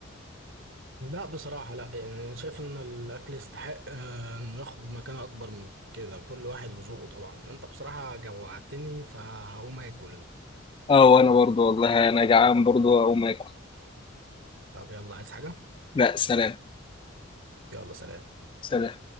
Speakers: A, on the right (about 65°); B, on the left (about 25°).
A: لا بصراحة لا يعني أنا شايف إن الأكل يستحق آه، إنه ياخد مكانة أكبر من كده كل واحد وذوقه طبعا أنت بصراحة جوعتني فهقوم آكل
B: اه وانا برضو والله انا جعان برضو اقوم اكل
A: طب يلا عايز حاجة؟
B: لا سلام
A: يلا سلام
B: سلام